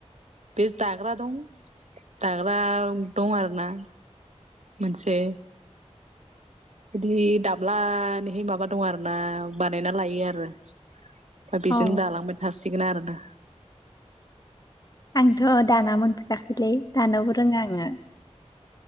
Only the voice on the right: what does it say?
बे दाग्रा दं दाग्रा दं आरोना मोनसे
बिदि दाब्लनिहाय माबा दं आरोोना बानायना लायो आरो दा बेजोंनो
दालांबाय थासिगोन आरोना